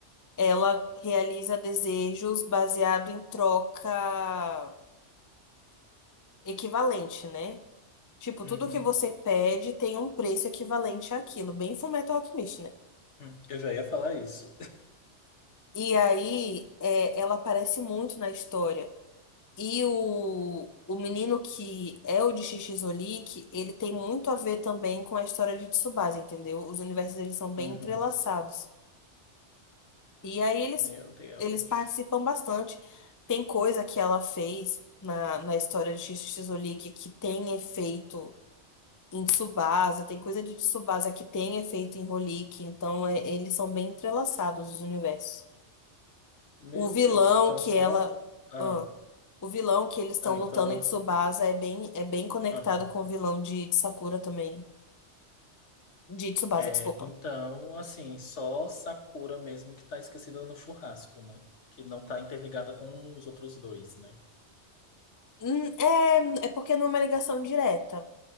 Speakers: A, on the left; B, on the left.
A: Ela realiza desejos baseado em troca equivalente, né? Tipo,
B: Uhum,
A: tudo que você pede tem um preço equivalente àquilo, bem Fullmetal Alchemist, né?
B: uhum. Eu já ia falar isso.
A: E aí, é, ela aparece muito na história. E o, o menino que é o de Shichizolik, ele tem muito a ver também com a história de Tsubasa, entendeu? Os universos, eles são bem
B: Uhum.
A: entrelaçados. E aí eles,
B: Meu Deus.
A: eles participam bastante. Tem coisa que ela fez na, na história de Xixi Xixolique que tem efeito em Tsubasa, tem coisa de Tsubasa que tem efeito em Holick, então é- eles são bem entrelaçados os universos.
B: Meu
A: O vilão
B: Deus. Então
A: que
B: só.
A: ela.
B: Ah,
A: ah, o vilão que eles estão
B: não, então.
A: lutando em Tsubasa é bem, é bem conectado
B: Aham.
A: com o vilão de, de Sakura também. De Tsubasa,
B: É,
A: desculpa.
B: então, assim, só Sakura mesmo que tá esquecida no churrasco, né? Que não tá interligada com os outros dois, né?
A: Hum, É, é porque não é uma ligação direta.